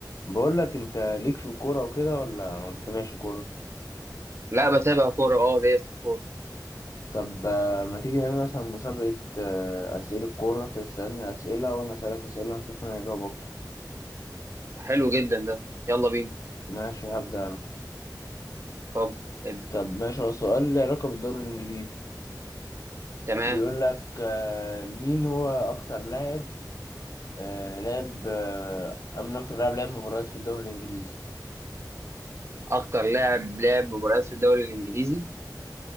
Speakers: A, on the left; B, on the right.
A: بقول لك انت ليك في الكوره وكده ولا ما بتتابعش كوره
B: لا بتابع كورة اه ليا في الكورة
A: طب آه، ما تيجي نعمل مثلا مسابقه آه، اسئله كوره انت تسالني اسئله وانا اسالك اسئله نشوف مين هيجاوب اكتر
B: حلو جدا ده يلا بينا
A: ماشي هبدا انا
B: اتفضل ابدأ
A: طب ماشي هو السؤال له علاقه بالدوري الانجليزي
B: تمام
A: بيقول لك آه، مين هو اكتر لاعب آه، لاعب آه، من اكتر لاعب لعب مباريات في الدوري الانجليزي
B: أكتر لاعب لعب مباريات في الدوري الإنجليزي